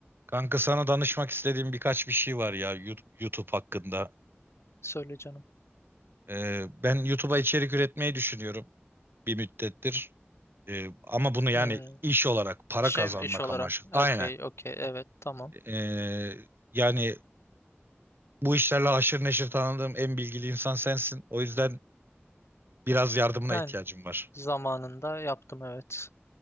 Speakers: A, on the right (about 55°); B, on the left (about 75°).
A: Kanka sana danışmak istediğim birkaç bir şey var ya Yu- YouTube hakkında.
B: Söyle canım.
A: Ee, ben YouTube'a içerik üretmeyi düşünüyorum bir müddettir. Ee, ama bunu yani
B: Hmm.
A: iş olarak para
B: Şey
A: kazanmak
B: iş olarak.
A: amaçlı.
B: Okey,
A: Aynen.
B: okey. Evet, tamam.
A: Ee, yani bu işlerle haşır neşir tanıdığım en bilgili insan sensin. O yüzden biraz yardımına
B: Yani
A: ihtiyacım var.
B: zamanında yaptım evet.